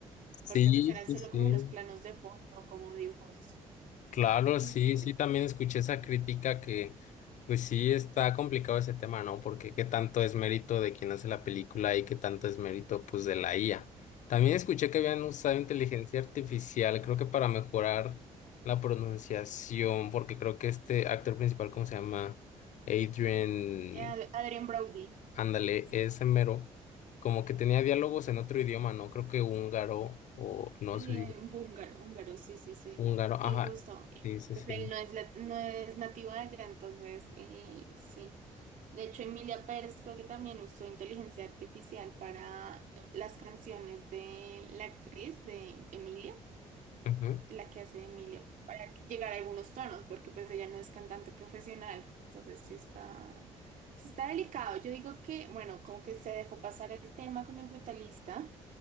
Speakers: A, on the left (about 60°); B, on the right (about 65°).
A: Sí,
B: porque pues eran
A: sí,
B: solo
A: sí.
B: como unos planos de fondo, como dibujos.
A: Claro,
B: Ujú.
A: sí, sí, también escuché esa crítica que, pues sí, está complicado ese tema, ¿no? Porque qué tanto es mérito de quien hace la película y qué tanto es mérito, pues, de la IA. También escuché que habían usado inteligencia artificial, creo que para mejorar la pronunciación, porque creo que este actor principal, ¿cómo se llama? Adrian,
B: Ad- Adrien Brody.
A: ándale, ese mero, como que tenía diálogos en otro idioma, ¿no? Creo que húngaro o no
B: Sí,
A: sé.
B: un húngaro húngaro, sí, sí, sí.
A: Húngaro,
B: Sí,
A: ajá.
B: justo. Y,
A: Sí, sí,
B: Pues
A: sí.
B: él no es, lat- no es nativo de allá, entonces eh, sí. De hecho, Emilia Pérez creo que también usó inteligencia artificial para las canciones de la actriz de Emilia,
A: Ujú.
B: de la que hace de Emilia, para llegar a algunos tonos, porque pues ella no es cantante profesional. Entonces sí está, sí está delicado. Yo digo que, bueno, como que se dejó pasar el tema con el brutalista